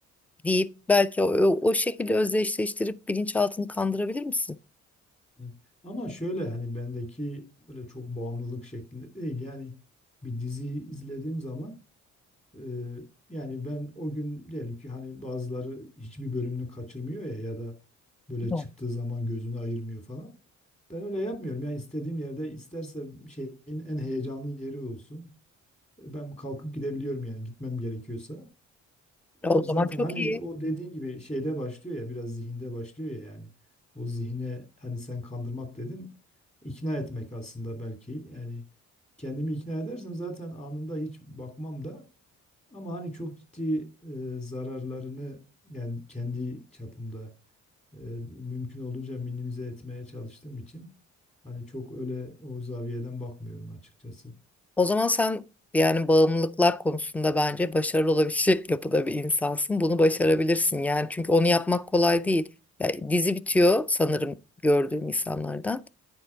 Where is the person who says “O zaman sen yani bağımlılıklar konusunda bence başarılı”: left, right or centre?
Centre